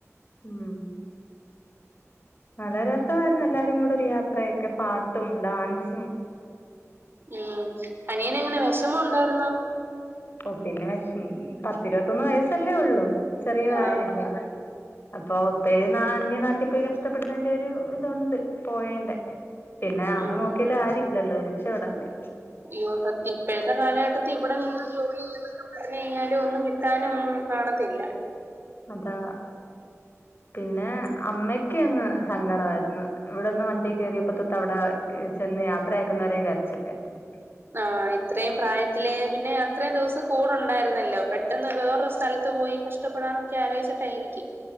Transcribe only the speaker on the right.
ഉം അനിയന എങ്ങനെ വിഷമോ ഉണ്ടായിരുന്നോ
ആ
ഉം
യ്യോ സത്യം ഇപ്പോഴത്തെ കാലഘട്ടത്തിൽ ഇവിടെ നിന്ന ജോലി കഴിഞ്ഞാലും ഒന്നും കിട്ടാനും ഒന്നും കാണത്തില്ല
ആ ഇത്രയും പ്രായത്തില് പിന്നെ അത്രയും ദിവസം കൂടെ ഉണ്ടായിരുന്നല്ലോ പെട്ടെന്ന് വേറൊരു സ്ഥലത്ത് പോയി കഷ ഷ്ടപ്പെടാനൊക്കെ ആലോചിച്ചിട്ടായിരിക്കും